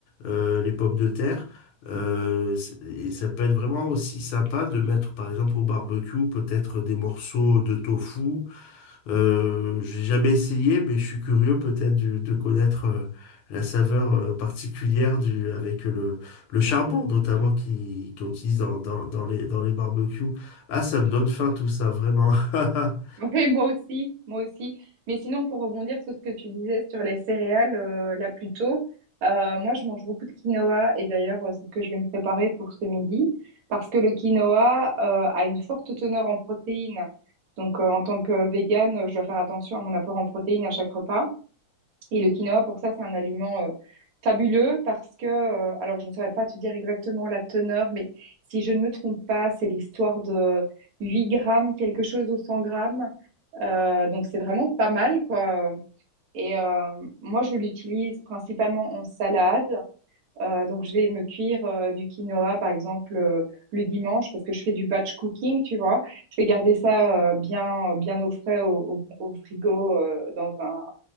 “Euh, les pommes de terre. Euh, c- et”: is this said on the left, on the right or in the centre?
Left